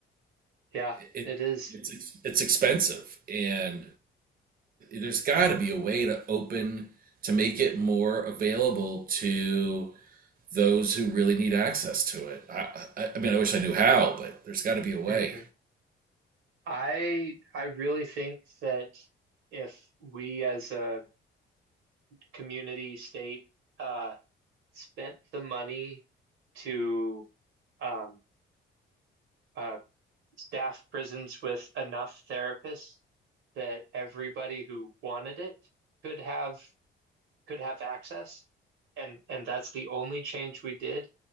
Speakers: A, on the right; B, on the right.
A: Yeah,
B: It
A: it is.
B: it's it's expensive, and there's got to be a way to open to make it more available to those who really need access to it. I, I, I mean, I wish I knew how, but there's got to be a way.
A: Mm-hmm. I I really think that if we as a community state uh spent the money to um uh staff prisons with enough therapists that everybody who wanted it could have could have access, and and that's the only change we did,